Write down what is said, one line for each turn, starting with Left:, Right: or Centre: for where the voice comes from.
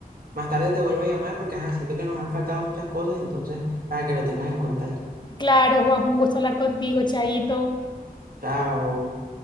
Right: más tarde te vuelvo a llamar porque ajá, siento que nos han faltado muchas cosas, entonces para que lo tengas en cuenta ahí.
Left: Claro, Juan, un gusto hablar contigo, Chaito.
Right: Chao.